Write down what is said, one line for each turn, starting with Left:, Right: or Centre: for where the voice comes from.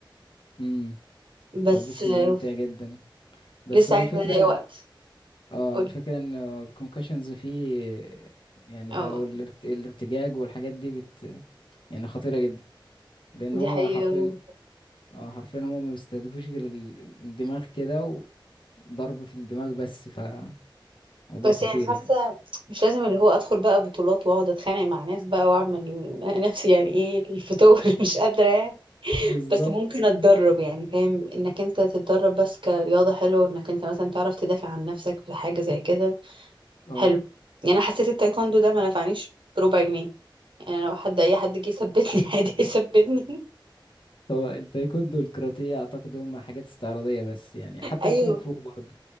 Left: امم
Right: بس
Left: هو البوكسنج
Right: آه،
Left: ممتع جدا بس
Right: لسه
Left: هو
Right: عايزه
Left: الفكرة
Right: الاقي وقت
Left: اه
Right: قولي
Left: الفكرة ان الكونكشنز فيه يعني
Right: اه
Left: او الارت... الارتجاج والحاجات دي بت يعني خطيرة جدا لان
Right: دي
Left: هما
Right: حقيقة
Left: حرفيا اه حرفيا هما ما بيستهدفوش غير ال- الدماغ كده وضرب في الدماغ بس فموضوع
Right: بس
Left: خطير
Right: يعني حاسه
Left: يعني
Right: مش لازم اللي هو ادخل بقى بطولات واقعد اتخانق مع ناس بقى واعمل نفسي يعني ايه الفتور <laughs> مش قادره يعني.
Left: بالظبط
Right: بس ممكن اتدرب يعني فاهم انك انت تتدرب بس كرياضة حلوة انك انت مثلا تعرف تدافع عن نفسك في حاجة زي كده
Left: اه
Right: حلو يعني انا حسيت التايكوندو ده ما نفعنيش بربع جنيه يعني لو حد اي حد جه يثبتني <laughs> عادي يثبتني
Left: هو التايكوندو والكاراتيه اعتقد هم حاجات استعراضيه بس يعني حتى
Right: ايوه
Left: الكونغ فو برضه